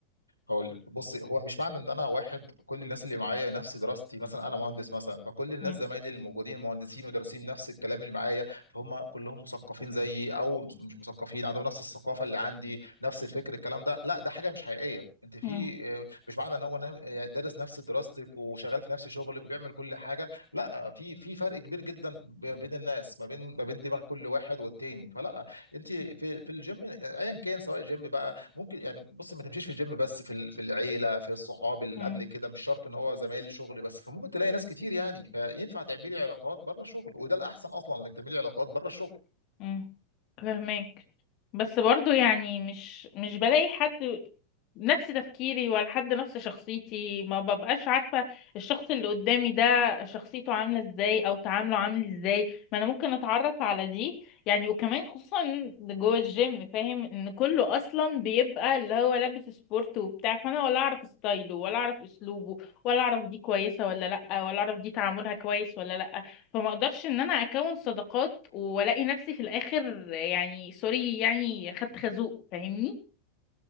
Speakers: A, on the right; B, on the left.
A: هقول لك بص هو مش معنى ان انا واحد كل الناس اللي معايا نفس دراستي مثلا انا مهندس مثلا فكل الناس
B: مم.
A: زمايلي الموجودين مهندسين ودارسين نفس الكلام اللي معايا فهم كلهم مثقفين زيي او مش مثقفين عندهم نفس الثقافه اللي عندي نفس الفكر الكلام ده لا ده حاجه مش حقيقيه انت في
B: مم.
A: آه، مش معنى ان هو نا- آه، دارس نفس دراستك وشغال في نفس شغلك وبيعمل كل حاجه لا في في فرق كبير جدا ب- بين الناس ما بين ما بين دماغ كل واحد والتاني فلا انت في في الجيم ايا كان سواء جيم بقى ممكن يعني بص ما تمشيش في الجيم بس في ال- في العيله في الصحاب اللي
B: مم.
A: قبل كده مش شرط ان هو زمايل الشغل بس فممكن تلاقي ناس كتير يعني فينفع تعملي علاقات بره الشغل وده الاحسن اصلا انك تعملي علاقات بره الشغل
B: مم. فهمك بس برضو يعني مش مش بلاقي حد نفس تفكيري ولا حد نفس شخصيتي ما ببقاش عارفة الشخص اللي قدامي ده شخصيته عاملة ازاي او تعامله عامل ازاي ما انا ممكن اتعرف على دي يعني وكمان خصوصا جوه الجيم فاهم ان كله اصلا بيبقى اللي هو لابس سبورت وبتاع فانا ولا اعرف ستايله ولا اعرف اسلوبه ولا اعرف دي كويسة ولا لا ولا اعرف دي تعاملها كويس ولا لا فما اقدرش ان انا اكون صداقات والاقي نفسي في الاخر يعني سوري يعني خدت خازوق فاهمني